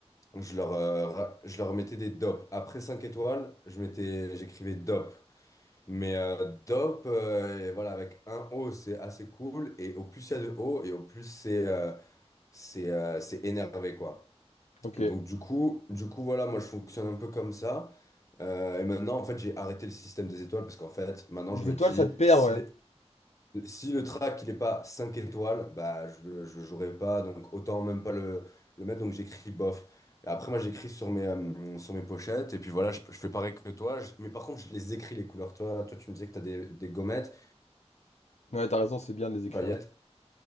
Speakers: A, on the left (about 30°); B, on the left (about 85°).
A: je leur, euh, ra- je leur mettais des dopes. Après 5 étoiles, je mettais, j'écrivais dope. Mais euh, dope, euh, et voilà, avec un O, c'est assez cool. Et au plus il y a de O, et au plus c'est euh, c'est euh, c'est énervé, quoi.
B: Ok.
A: Donc du coup, du coup, voilà, moi je fonctionne un peu comme ça. Euh, et maintenant, en fait, j'ai arrêté le système des étoiles parce qu'en fait, maintenant
B: Les
A: je me
B: étoiles,
A: dis,
B: ça te perd,
A: si
B: ouais.
A: si le track il est pas 5 étoiles, bah je le, je le jouerai pas, donc autant même pas le, le mettre, donc j'écris bof. Et après moi j'écris sur mes, euh, sur mes pochettes, et puis voilà, je, je fais pareil que toi, je- mais par contre je les écris les couleurs. Toi, toi tu me disais que t'as des, des gommettes,
B: Ouais, t'as raison, c'est bien de les écrire.
A: paillettes.